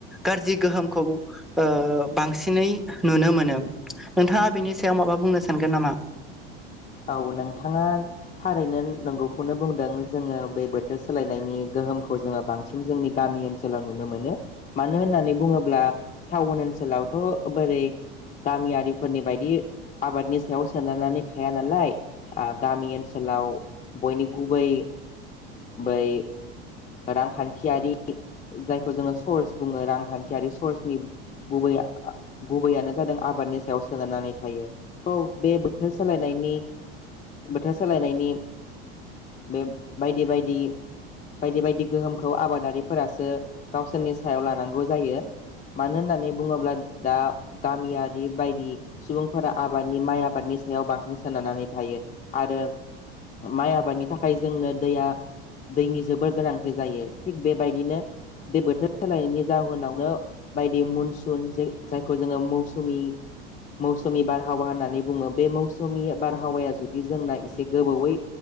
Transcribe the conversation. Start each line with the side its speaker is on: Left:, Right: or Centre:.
Centre: गारजि गोहोमखौ ओ बांसिनै नुनो मोनो नोंथाङा बेनि सायाव माबा बुंनो सानगोन नामा
Left: औ नोंथाङा थारैनो नोंगौखौनो बुंदों जोङो बे बोथोर सोलायनायनि <inaudible> जोङो बांसिन जोंनि गाम ओनाव ननो मोन मानो होननानै बुङोब्ला टाउन ओन ओनसोलावथ' बोरै गामियारिफोरनि बायदि आबादनि सायाव सोनारनानै थाया नालाय ओ गामि ओनसोलाव बयनि गुबै बै रांखान्थियारि जायखौ जोङो सर्स बुङो रांखान्थियारि सर्सनि गुबैया गुबैयानो जादों आबादनि सायाव सोनारनानै थायो थ' बे बोथोर ब सोलायनायनि बोथोर सोलायनायनि बे बायदि बायदि बायदि बायदि गोहोमखौ आबादारिफोरासो गावसोरनि सायाव लानांगौ जायो मानो होननानै बुङोब्ला दा गामियारि बायदि सुबुंफोरा आबादनि माइ आबादनि सायाव बांसिन सोनारनानै थायो आरो माइ आबादनि थाखाय जोंनो दैया दैनि जोबोर गोनांथि जायो थिग बेबायदिनो दै बोथोर सोलायनायनि जाहोनावनो बायदि मनसुन जायखौ जोङो मौसुमि मौसुमि बारहावा होननानै बुङो बे मौसुमि बारहावाया जुदि जोंना एसे गोबावै